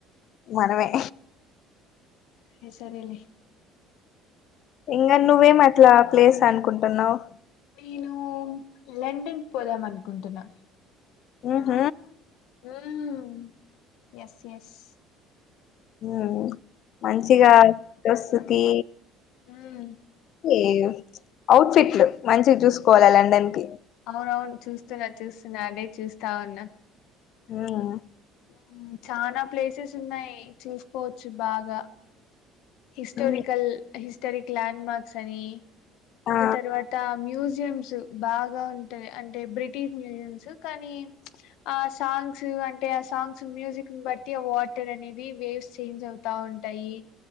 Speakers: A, on the left; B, on the left.
A: మనమే.
B: ఈ సరేలే.
A: ఇంకా నువ్వేమి అట్లా ప్లేస్ అనుకుంటున్నావు.
B: నేను లండన్ పోదాం అనుకుంటున్నా.
A: ఉమ్.
B: ఉమ్ ఎస్ ఎస్.
A: ఉమ్ మంచిగా వస్తుతి.
B: ఉమ్
A: ఏం ఔట్ ఫిట్లు మంచిగా చూసుకోవాలి లండన్ కి.
B: అవున అవును చూస్తున్నా చూస్తున్నా అదే చూస్తావున్నా.
A: ఆహ్.
B: ఉమ్ చానా ప్లేసెస్ ఉన్నాయి చూసుకోవచ్చు బాగా. హిస్టారికల్
A: ఉమ్
B: హిస్టారిక్ ల్యాండ్ మార్క్స్ అని ఇంకా
A: ఆ
B: తర్వాత మ్యూజి. స్యిముస్ బాగా ఉంటాయి అంటే బ్రిటిష్ మ్యూజిస్ కానీ ప్చ్ ఆ సాంగ్స్. అంటే ఆ సాంగ్స్ మ్యూజిక్ ని బట్టి ఆ వాటర్ అనేది వేవ్స్ చేంజ్ అవుతా ఉంటాయి.